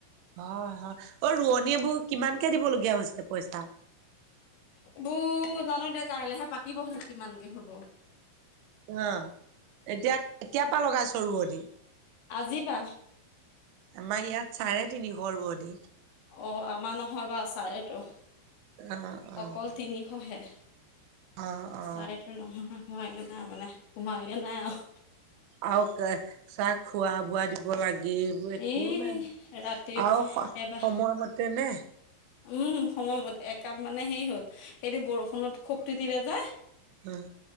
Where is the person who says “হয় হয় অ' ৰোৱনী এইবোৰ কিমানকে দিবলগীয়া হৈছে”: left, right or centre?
Right